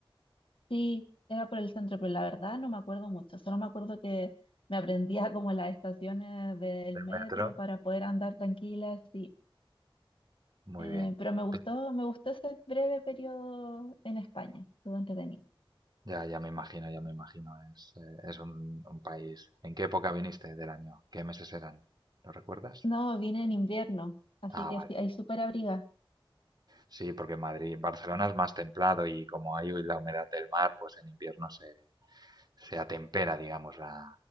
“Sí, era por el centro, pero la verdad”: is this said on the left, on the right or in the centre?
Left